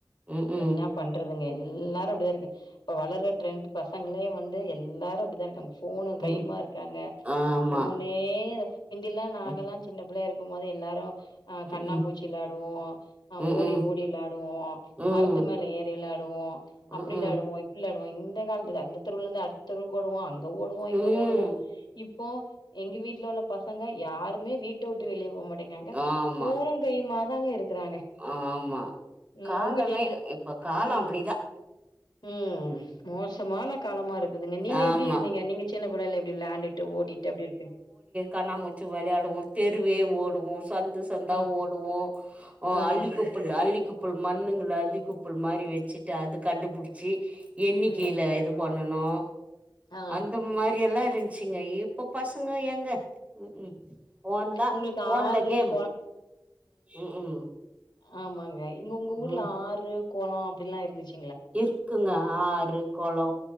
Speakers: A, on the right; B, on the left.
A: ம்ஹ்ம்.
B: என்ன பண்றதுங்க எல்லாரு அப்டிதா இருக்கு இப்ப வளர்ற ட்ரெண்ட் பசங்களே வந்து எல்லாரு அப்டித்தா இருக்காங்க ஃபோனு
A: ம்.
B: கையுமா இருக்காங்க
A: ஆமா.
B: ஃபோனே னே முந்தியெல்லா நாங்கல்லா
A: ம்.
B: சின்ன பிள்ளையா இருக்கும் போது எல்லாரு ஆ
A: ம்ஹ்ம்.
B: கண்ணாமூச்சி வெளாடுவோ ஆ
A: ம்ஹ்ம்.
B: ஓடி ஓடி வெளாடுவோ
A: ம்.
B: மரத்து மேல ஏறி வெளாடுவோ அப்டி
A: ம்ஹ்ம்.
B: வெளாடுவோ வெளாடுவோ இந்த காலத்து அந்த தெருவுல இருந்து அடுத்தெருவுக் ஓடுவோ அங்க ஓடுவோ இங்க
A: ம்.
B: ஓடுவோ இப்போ எங்க வீட்டுல உள்ள பசங்க யாருமே வீட்ட விட்டு வெளியே போக மாட்டேங்கிறாங்க
A: ஆமா,
B: ஃபோனும் கையுமா தாங்க இருக்கறாங்க
A: ஆமா.
B: ம்
A: காலமே
B: உங்க ஜன்ற
A: இப்ப காலம்
B: ம்
A: அப்படிதான்.
B: ம் மோசமான காலமா இருக்குதுங்க நீங்க
A: ஆமா
B: எப்டி இருந்தீங்க நீங்க சின்ன பிள்ளையில எப்டி வெளாண்டுட்டு ஓடிட்டு அப்டி இருப்பீ
A: கண்ணா மூச்சு வெளயாடுவோ தெருவே ஓடுவோ சந்து சந்தா
B: ம்
A: ஓடுவோ ஓ
B: ஆ
A: அல்லிக்குப்புல் அல்லிக்குப்புல் மண்ணுங்கள அல்லி குப்புல் மாரி வச்சுட்டு அது கண்டுபுடிச்சி எண்ணிக்கையில
B: ம்
A: இது பண்ணனு
B: ஆ
A: அந்த மாரி எல்லா இருந் துச்சிங்க இப்போ பசங்க எங்க ம் ம் ஃபோன் தா
B: உங்களுக்கு
A: ஃபோன்ல
B: ஆறு
A: கேம்
B: கொ
A: ம் ம்
B: ஆமாங்க இங்க உங்க ஊர்ல
A: ம்
B: ஆறு கொளோ அப்டில்லா இருந்துச்சு
A: இருக்குங்க ஆறு கொளோ